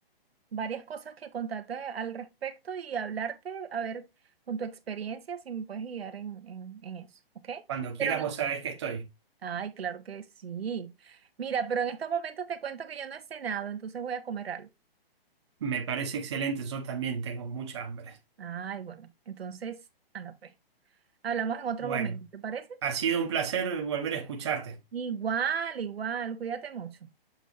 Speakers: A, on the right; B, on the right.
A: varias cosas que contarte al respecto y hablarte, a ver, con tu experiencia, si me puedes guiar en, en, en eso, ¿ok?
B: Cuando quieras,
A: Pero en
B: vos
A: estos,
B: sabés que estoy.
A: ay, claro que sí. Mira, pero en estos momentos te cuento que yo no he cenado, entonces voy a comer algo.
B: Me parece excelente, yo también tengo mucha hambre.
A: Ay, bueno, entonces, anda pues. Hablamos en otro
B: Bueno,
A: momento, ¿te parece?
B: ha sido un placer volver a escucharte.
A: Igual, igual, cuídate mucho.